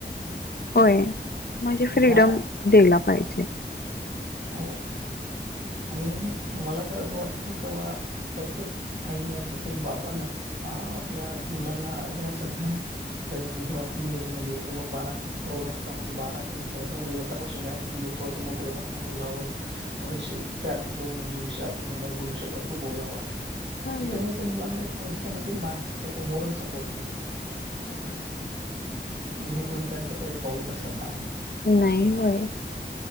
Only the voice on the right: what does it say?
ह्या
हो आणि मला तर असं वाटतं क बा प्रत्येक आईनं प्रत्येक बापानं अ आपल्या मुलाला जेव्हा संज्ञान म्हणजे जेव्हा टीन एज मध्ये ते्हा बारा प्रौढ असता म्हणे बारा ते चौदा व गटापासून या म्हणजे थोडस मोकळेपणान बोलावं थोडीशी
त्या जो म्हणजे विषय आपण नाही बोलू शकत तो बोलावा
याच्यामुळे त्या मुलांना एक म्हजे का माणे मानसिक सपोर् मोरल सपोर्ट मिळतो
जेणेकरून त्यांचं काही पाऊल घसरणार नाही